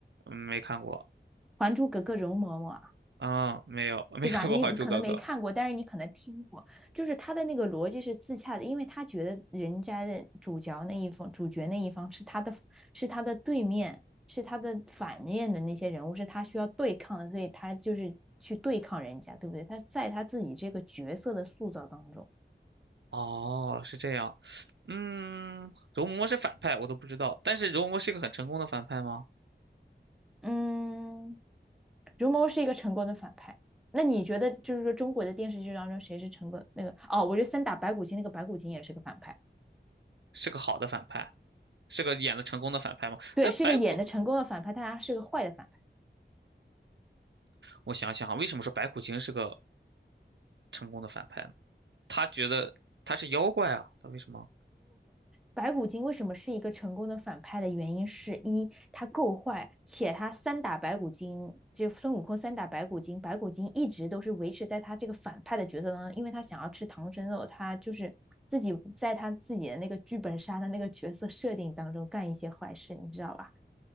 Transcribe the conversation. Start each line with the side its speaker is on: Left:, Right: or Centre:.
Right: 嗯，没看过
Centre: 《还珠格格》容嬷嬷，
Right: 啊，没有，<laughs> 没看过《还珠格格》。
Centre: 对吧？你可能没看过，但是你可能听过，就是他的那个逻辑是自洽的，因为他觉得人家的主角那一方、主角那一方是他的，是他的对面，是他的反面的那些人物，是他需要对抗的，所以他就是去对抗人家，对不对？他在他自己这个角色的塑造当中，
Right: 哦，是这样。嗯，容嬷嬷是反派，我都不知道。但是容嬷嬷是一个很成功的反派吗？
Centre: 嗯，如谋是一个成功的反派。那你觉得，就是说中国的电视剧当中谁是成功那个？哦，我觉得三打白骨精那个白骨精也是个反派，
Right: 是个好的反派，是个演的成功的反派吗？
Centre: 对，
Right: 但白骨，
Centre: 是个演的成功的反派，但他是个坏的反派。
Right: 我想想啊，为什么说白骨精是个成功的反派呢？他觉得他是妖怪啊，他为什么？
Centre: 白骨精为什么是一个成功的反派的原因是一，他够坏，且他三打白骨精，就孙悟空三打白骨精，白骨精一直都是维持在他这个反派的角色当中，因为他想要吃唐僧肉，他就是自己在他自己的那个剧本杀的那个角色设定当中干一些坏事，你知道吧？